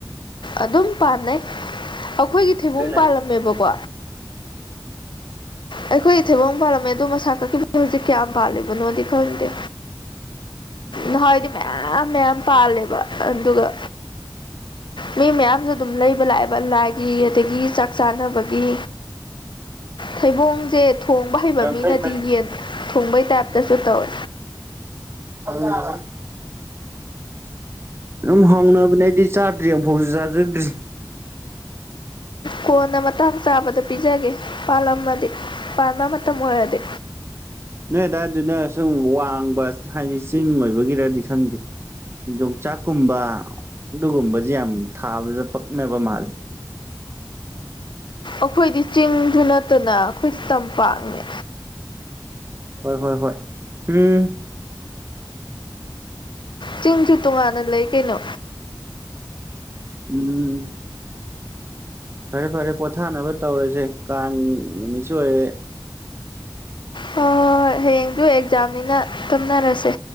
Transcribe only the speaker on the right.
ꯑꯗꯨꯅꯅꯤ
ꯌꯥꯡꯈꯩ
ꯃꯔꯤ
<unintelligible> ꯑꯗꯨꯝ ꯍꯥꯎꯅꯕꯅꯦ ꯑꯩꯗꯤ ꯆꯥꯗ꯭ꯔꯤ ꯑꯃꯨꯐꯥꯎꯁꯨ ꯆꯥꯖꯗ꯭ꯔꯤ
ꯅꯣꯏ ꯑꯗꯨꯗꯥꯏꯗꯨꯅ ꯁꯨꯝ ꯋꯥꯡꯕ ꯍꯥꯏꯗꯤ ꯆꯤꯡ ꯑꯣꯏꯕꯒꯤꯔꯗꯤ ꯈꯪꯗꯦ ꯌꯣꯡꯆꯥꯛꯀꯨꯝꯕ ꯑꯗꯨꯒꯨꯝꯕꯁꯦ ꯌꯥꯝ ꯊꯥꯕꯖꯨ ꯄꯛꯅꯕ ꯃꯥꯜꯂꯤ
ꯍꯣꯏ ꯍꯣꯏ ꯍꯣꯏ ꯎꯝ
ꯎꯝ ꯐꯔꯦ ꯐꯔꯦ ꯄꯣꯊꯥꯅꯕ ꯇꯧꯔꯁꯦ ꯀꯥꯡ ꯅꯨꯃꯤꯠꯁꯨ ꯑꯣꯏꯔꯦ